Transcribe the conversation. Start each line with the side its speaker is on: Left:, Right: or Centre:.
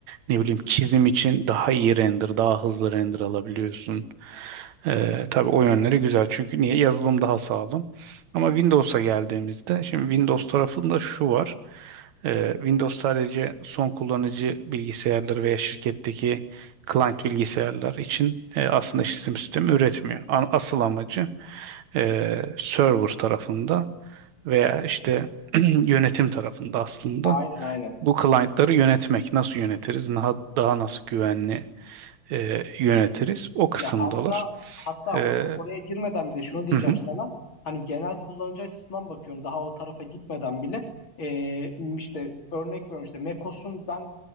Right: Ne bileyim çizim için daha iyi render, daha hızlı render alabiliyorsun. E, tabii o yönleri güzel. Çünkü niye? Yazılım daha sağlam. Ama Windows'a geldiğimizde, şimdi Windows tarafında şu var. E, Windows sadece son kullanıcı bilgisayarları veya şirketteki client bilgisayarlar için e, aslında işletim sistemi üretmiyor. An- Asıl amacı e, server tarafında veya işte <clears throat> yönetim tarafında aslında
Left: Aynen aynen.
Right: bu client'ları yönetmek. Nasıl yönetiriz? Daha, daha nasıl güvenli e, yönetiriz? O kısımdalar.
Left: Ya hatta hatta
Right: E,
Left: o, oraya girmeden bile şunu diyeceğim
Right: hı hı,
Left: sana. Hani genel kullanıcı açısından bakıyorum daha o tarafa gitmeden bile eee, işte örnek veriyorum işte macOS'un ben